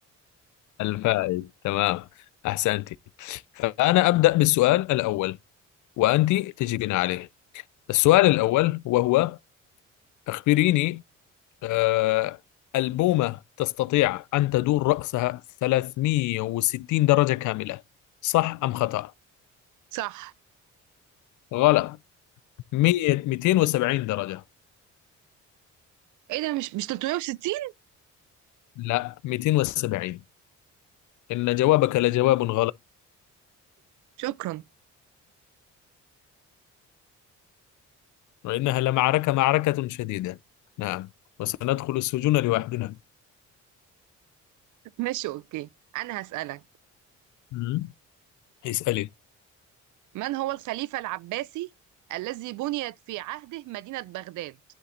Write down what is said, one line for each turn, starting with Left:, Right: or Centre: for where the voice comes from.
Left: الفائز تمام أحسنتي فأنا أبدأ بالسؤال الأول وأنت تجيبين عليه السؤال الأول وهو أخبريني آه، البومة تستطيع أن تدور رأسها 360 درجة كاملة صح أم خطأ؟
Right: صح
Left: غلط 100 270 درجة
Right: ايه ده مش مش 360
Left: لا 270 إن جوابك لجواب غلط
Right: شكرا
Left: وإنها لمعركة معركة شديدة نعم وسندخل السجون لوحدنا
Right: ماشي اوكي انا هسألك
Left: مم. اسألي
Right: من هو الخليفة العباسي الذي بنيت في عهده مدينة بغداد